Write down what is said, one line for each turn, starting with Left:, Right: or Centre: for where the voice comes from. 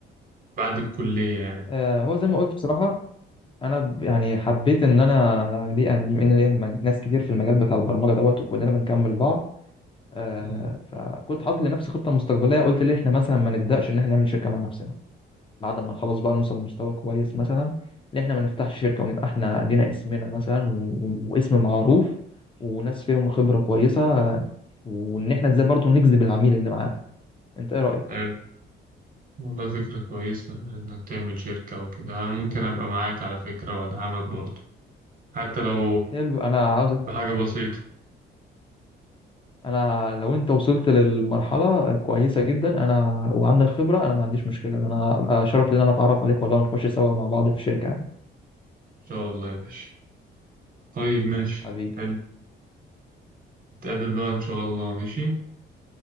Right: بعد الكلية يعني
Left: آه، هو زي ما قلت بصراحه انا ب- يعني حبيت ان انا ليه ان ليا مج- ناس كتير في المجال بتاع البرمجه دوت وكلنا بنكمل بعض آه،
Right: مم.
Left: فكنت حاطط لنفسي خطه مستقبليه قلت ليه احنا مثلا ما نبداش ان احنا نعمل شركه مع نفسنا بعد ما نخلص بقى نوصل لمستوى كويس مثلا ان احنا ما نفتحش شركه ونبقى احنا لينا اسمنا مثلا و... و- واسم معروف وناس فيهم خبره كويسه وان احنا ازاي برضو نجذب العميل اللي معانا انت ايه رايك
Right: حلو والله فكرة كويسة انك تعمل شركة وكده أنا ممكن ابقى معاك على فكرة وادعمك برضه حتى لو
Left: حلو انا عاوزك
Right: بحاجة بسيطة
Left: انا لو انت وصلت للمرحله كويسه جدا انا وعندك خبره انا ما عنديش مشكله انا ابقى شرف لي ان انا اتعرف عليك والله ونخش سوا مع بعض في شركه يعني.
Right: ان شاء الله يا باشا طيب ماشي
Left: حبيبي
Right: حلو نتقابل بقى إن شاء الله ماشي